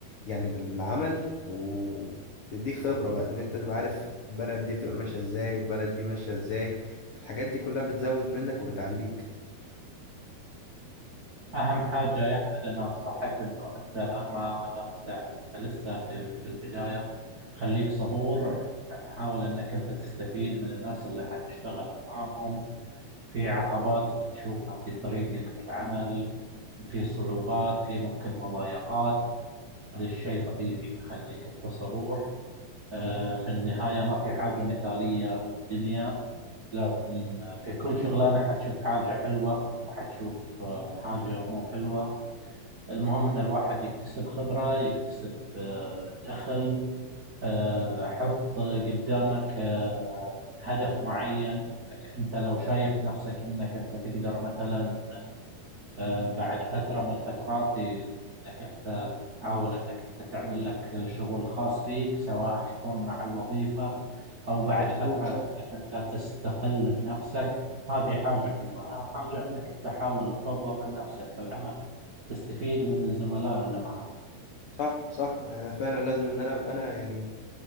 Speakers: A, on the left; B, on the right.
A: يعني بالعمل وتديك خبرة بقى إن أنت تبقى عارف البلد دي بتبقى ماشية إزاي والبلد دي ماشية إزاي فالحاجات دي كلها بتزود منك وبتعليك
B: أهم حاجة يا أحمد أنا أنصحك إنه أنت الآن ما دام أنت أنت لسه في في البداية خليك صبور حاول إنك أنت تستفيد من الناس اللي حتشتغل معاهم في عقبات بتشوفها في طريقك في العمل في صعوبات في ممكن مضايقات هذا الشيء طبيعي خليك أنت صبور آه، في النهاية ما في حاجة مثالية في الدنيا لأن في كل شغلانة حتشوف حاجة حلوة وحتشوف آه، حاجة مو حلوة المهم إن الواحد يكتسب خبرة يكتسب آه، دخل آه، حط قدامك آه، هدف معين أنت لو شايف نفسك أنك أنت تقدر مثلا آه، بعد فترة من الفترات إنك أنت تحاول إنك أنت تعمل لك شغل خاص فيك سواء يكون مع الوظيفة أو بعد
A: مظبوط
B: فترة
A: صح
B: إنك أنت تستقل بنفسك هذه حاجة حلوة أهم حاجة إنك أنت تحاول تطور من نفسك في العمل تستفيد من الزملاء اللي معك
A: صح صح آه، فعلا لازم إن أنا أبقى أنا يعني